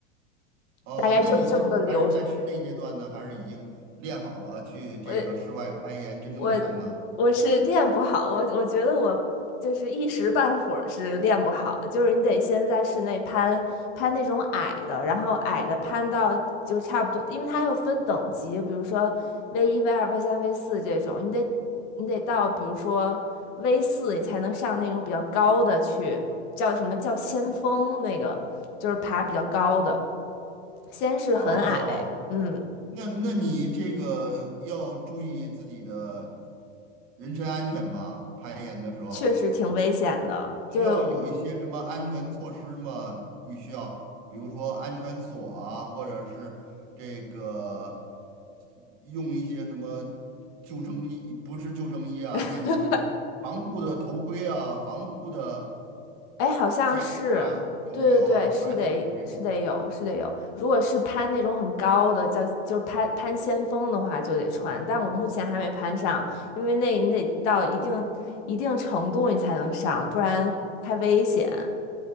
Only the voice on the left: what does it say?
大概就是这么个流程。
我我我是练不好，我我觉得我就是一时半会儿是练不好，就是你得先在室内攀攀那种矮的，然后矮的攀到就差不多，因为它还有分等级，比如说 V 一、V 二、V 三、V 四这种，你得你得到比如说 V 四，你才能上那种比较高的去，叫什么叫先锋那个，就是爬比较高的，先是很矮，
嗯，
确实挺危险的，
就。
<laughs>
哎，好像是，
对对对，是得是得有，
是得有。如果是攀那种很高的，叫就是攀攀先锋的话，就得穿。但我目前还没攀上，因为那那到一定一定程度你才能上，不然太危险。